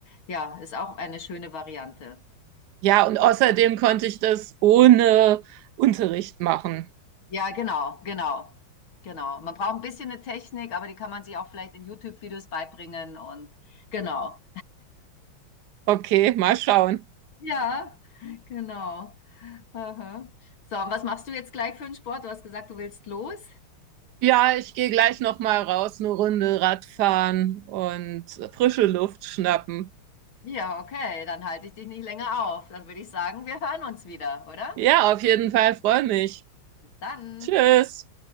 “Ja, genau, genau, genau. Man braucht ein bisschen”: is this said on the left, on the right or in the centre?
Left